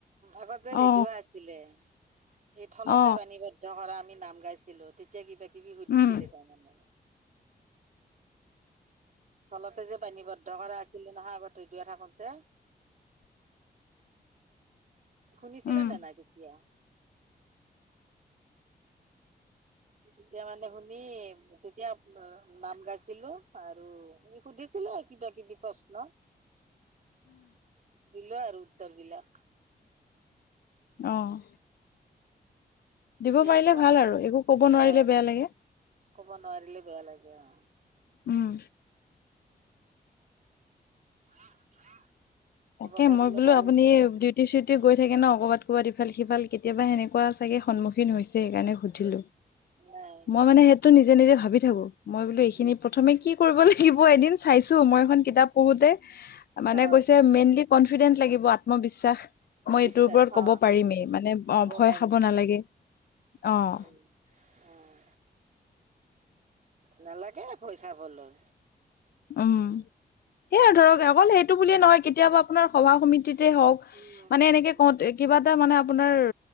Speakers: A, on the right; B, on the left.
A: আগত যে ৰেডিঅ'
B: অ
A: আছিলে। এই থলতে
B: অ
A: বাণীবদ্ধ কৰা আমি নাম গাইছিলো তেতিয়া কিবা কিবি সুধিছিলে
B: উম
A: তাৰমানে। তলতে যে বাণীবদ্ধ কৰা আছিলে নহয় আগত ৰেডিঅ' থাকোতে।
B: <unintelligible>
A: শুনিছিলা
B: উম
A: নে নাই তেতিয়া। তেতিয়া মানে শুনি- তেতিয়া নাম গাইছিলো আৰু সুধিছিলে কিবা কিবি প্ৰশ্ন
B: <inaudible>
A: দিলো আৰু উত্তৰ বিলাক।
B: অঁ!
A: তেতিয়াই
B: দিব পাৰিলে
A: কোৱা
B: ভাল আৰু একো ক'ব নোৱাৰিলে
A: অ
B: বেয়া লাগে।
A: ক'ব নোৱাৰিলে বেয়া লাগে অঁ।
B: উমঁ।
A: <inaudible>
B: তাকে
A: কব পাৰিলে
B: মই বোলো
A: ভাল
B: আপুনি দিত- চুটি চুটি গৈ থাকে ন ক'ৰবাত কৰবাত ইফাল সিফাল কেতিয়াবা সেনেুৱা চাগে সন্মখিন হৈছে সেইকাৰে সুধি উঠিলো
A: নাই
B: মই মানে সেইটো নিজে নিজে ভাবি থাকো মই বোলো এইখিনি
A: উম,
B: প্ৰথমে
A: উম, উম।
B: কি কৰিব লাগিব এদিন চাইছো মই এখন কিতাপ পঢ়োতে মানে
A: অ
B: কৈছে মেইনলি কনফিডেন্ট লাগিব আত ত্মবিশ্বাস মই
A: বিশ্বাস
B: এইটোৰ ওপৰত ক'ব
A: অ
B: পাৰিমেই মানে
A: কব
B: অ ভয়
A: পাৰিম
B: খাব নালাগে অ
A: উম উম নালাগে ভয় খাবলৈ
B: উম সেইয়া ধৰক অকল সেইটো বুলিয়ে নহয় কেতিয়াবা আপোনাৰ সভা সমিতিতে হওক,
A: উম,
B: মানে
A: উম,
B: এনেকে
A: উম।
B: কওঁত কিবা এটা মানে আপোনাৰ